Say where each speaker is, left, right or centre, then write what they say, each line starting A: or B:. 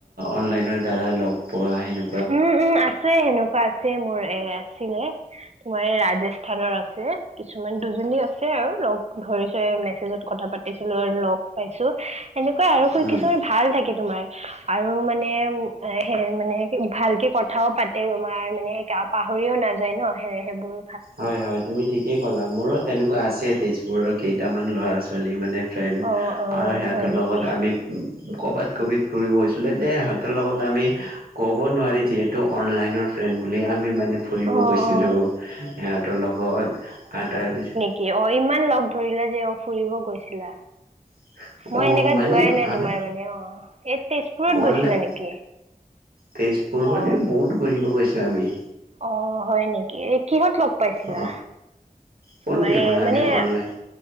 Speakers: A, on the right; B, on the right.
A: অনলাইনৰ দ্বাৰা লগ পোৱা সেনে
B: উম, উম, আছে সেনেকুৱা আছে মোৰ এ, আছিলে। তোমাৰ এই ৰাজস্থানৰ আছে, কিছুমান দুজনী আছে আৰু লগ ধৰিছোঁ, মেছেজত কথা পাতি পাতিছিলোঁ আৰু লগ পাইছোঁ। সেনেকুৱা আৰু
A: উম
B: কিছুমান ভাল থাকে তোমাৰ আৰু মানে হে মানে ভালকে কথাও পাতে তোমাৰ মানে পাহৰিও নাযায় ন' সে-সেইবোৰ।
A: হয় হয় তুমি ঠিকেই ক'লা, মোৰো তেনেকুৱা আছে তেজপুৰৰ কেইটামান ল'ৰা ছোৱালী মানে ফ্ৰেণ্ড
B: অ', অ',
A: আৰু সিহঁতৰ
B: হয়
A: লগত
B: নেকি
A: আমি কৰ'বাত কভিত ফুৰিব হৈছিলে দে হঁতৰ লগত আমি ক'ব নোৱাৰি যিহেতু অনলাইনৰ ফ্ৰেণ্ড বুলি আমি মানে ফুৰিব
B: অ',
A: গৈছিলোঁ।
B: অ',
A: সিহঁতৰ লগত আৰু তাৰপিছত
B: কি অ' ইমান লগ ধৰিলা যে, অ' ফুৰিব গৈছিলা।
A: <unintelligible>
B: মই এনেকা
A: মানে
B: যোৱাই নাই
A: আমি
B: তোমাৰ মানে। অ' এই তেজপুৰত
A: অনলাইন
B: গৈছিলা নেকি?
A: তেজপুৰ মানে
B: অ
A: বহুত ঘূৰিব গৈছোঁ আমি।
B: অ' হয় নেকি? এই কিহত লগ পাইছিলা?
A: অ ক'লো
B: তোমাৰ
A: দেখোন
B: এ,
A: আমি
B: মানে
A: অনলাইন